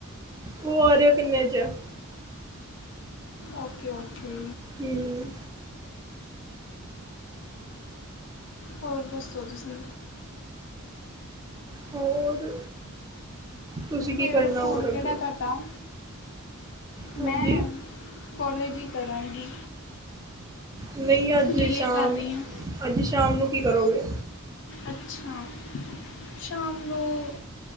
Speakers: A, on the right; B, on the left.
A: ਉਹ ਆਰਯਾ ਕੰਨਿਆ ਚ ਹੈ।
B: ਔਕੇ-ਔਕੇ।
A: ਹੂਂ।
B: ਹੋਰ ਦੱਸੋ ਤੁਸੀ?
A: ਹੋਰ? ਤੁਸੀਂ ਕੀ
B: ਫੇਵਰੇਟ
A: ਕਰਨਾ
B: ਫੂਡ
A: ਹੋਰ
B: ਕਿਹੜਾ
A: ਅੱਗੇ
B: ਤੁਹਾਡਾ? ਤਾਂ,
A: ਹਾਂਜੀ
B: ਮੈਂ ਕੋਲੇਜ ਈ ਕਰਾਂਗੀ।
A: ਨਹੀਂ ਅੱਜ
B: ਬੀਏ
A: ਸ਼ਾਮ,
B: ਕਰ ਰਹੀ ਹਾਂ
A: ਅੱਜ ਸ਼ਾਮ ਨੂੰ ਕੀ ਕਰੋਗੇ?
B: ਅੱਛਾ, ਸ਼ਾਮ ਨੂੰ,